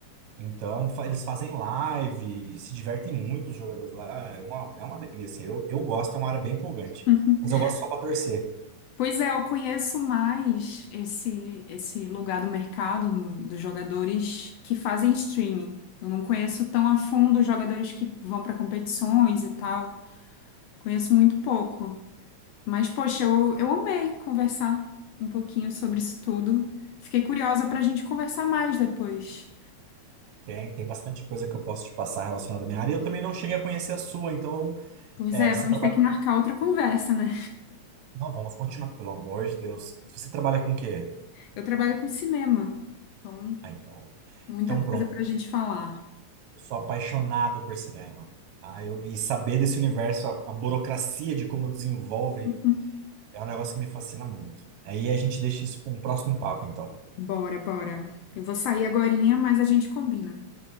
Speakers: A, on the right; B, on the left.
A: Então, fa- eles fazem live, se divertem muito os jogadores lá. É uma, é uma alegria, assim. Eu, eu gosto, é uma área bem empolgante.
B: <laughs>
A: Mas eu gosto só pra torcer.
B: Pois é, eu conheço mais esse esse lugar do mercado no- dos jogadores que fazem streaming. Eu não conheço tão a fundo os jogadores que vão para competições e tal. Conheço muito pouco. Mas, poxa, eu, eu amei conversar um pouquinho sobre isso tudo. Fiquei curiosa para a gente conversar mais depois.
A: Tem, tem bastante coisa que eu posso te passar relacionada à minha área. E eu também não cheguei a conhecer a sua, então
B: Pois
A: é,
B: é,
A: você
B: vamos
A: trabalha.
B: ter que marcar outra conversa, né?
A: Não, vamos continuar, pelo amor de Deus. Você trabalha com o quê?
B: Eu trabalho com cinema, então
A: Ah, então.
B: muita
A: Então
B: coisa
A: pronto.
B: para a gente falar.
A: Eu Sou apaixonado por cinema. Ah, eu, e saber desse universo, a, a burocracia de como desenvolve,
B: <laughs>
A: é um negócio que me fascina muito. Aí a gente deixa isso para um próximo papo, então.
B: Bora, bora. Eu vou sair agorinha, mas a gente combina.